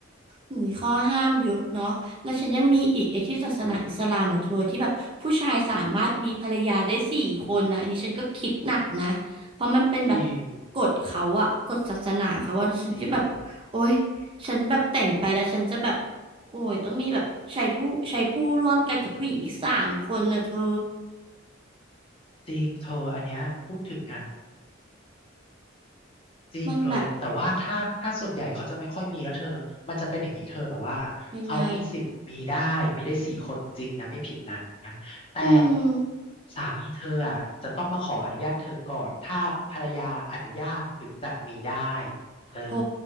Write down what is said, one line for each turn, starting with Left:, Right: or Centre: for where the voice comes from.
Right: หุยข้อห้ามเยอะเนาะแล้วฉันยังมีอีกไอ้ที่ศาสนาอิสลามอะเธอที่แบบผู้ชายสามารถมีภรรยาได้สี่คนนะอันนี้ฉันก็คิดหนักนะเพราะมันเป็นแบบ
Left: จริง
Right: กฎเขาอะกฎศาสนาเขาว่าฉันจะแบบโอ๊ย
Left: จริง
Right: ฉันแบบแต่งไปแล้วฉันจะแบบโอ้ยต้องมีแบบใช้ผู้ใช้ผู้ร่วมกันกับผู้หญิงอีกสามคนนะเธอ
Left: อืมจริงเธออันเนี้ยพูดถึงอ่ะ จริงเลยแต่ว่าถ้าถ้าส่วนใหญ่เขาจะไม่ค่อยมีแล้วเธอมันจะเป็นอย่างนี้เธอแบบว่าเขามีสิทธิ์มีได้มีได้สี่คนจริงนะไม่ผิดนะ
Right: มันแบบยังไง
Left: แต่
Right: อืม
Left: สามีเธออะจะต้องมาขออนุญาตเธอก่อนถ้าภรรยาอนุญาตถึงจะมีได้เออ
Right: อ๋อ